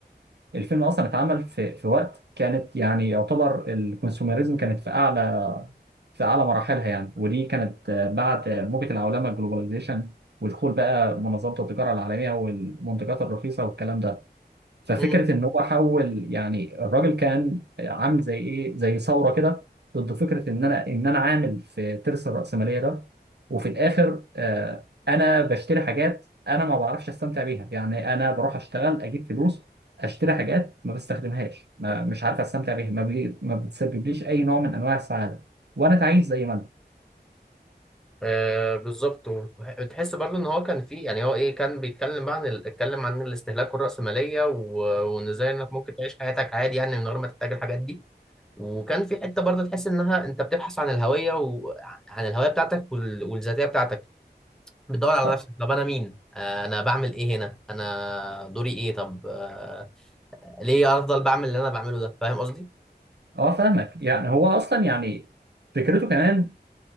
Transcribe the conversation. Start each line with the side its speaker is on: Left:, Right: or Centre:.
Right: الفيلم اصلا اتعمل في في وقت كانت يعني يعتبر الكونسوميريزم كانت في اعلى في اعلى مراحلها يعني ودي كانت آه، بعد آه، موجة العولمه الجلوباليزيشن ودخول بقى منظمه التجاره العالميه والمنتجات الرخيصه والكلام ده ففكره
Centre: امم
Right: ان هو حول يعني الراجل كان عامل زي ايه زي ثوره كده ضد فكره ان انا ان انا عامل في ترس الراسماليه ده وفي الاخر آه، انا بشتري حاجات انا ما بعرفش استمتع بيها يعني انا بروح اشتغل اجيب فلوس اشتري حاجات ما بستخدمهاش ما مش عارف استمتع بيها ما, بي... ما بتسببليش اي نوع من انواع السعاده وانا تعيس زي ما انا
Centre: آه بالظبط وتحس برضو ان هو كان فيه يعني هو ايه كان بيتكلم بقى عن ال- اتكلم عن الاستهلاك والرأسمالية و- وان ازاي انك ممكن تعيش حياتك عادي يعني من غير ما تحتاج الحاجات دي وكان في حته برضه تحس انها انت بتبحث عن الهويه وعن الهويه بتاعتك وال- والذاتيه بتاعتك بتدور على
Right: اه
Centre: نفسك طب انا مين آه انا بعمل ايه هنا انا دوري ايه طب آه ليه افضل بعمل اللي انا بعمله ده فاهم قصدي
Right: آه، فاهمك يعني هو اصلا يعني فكرته كمان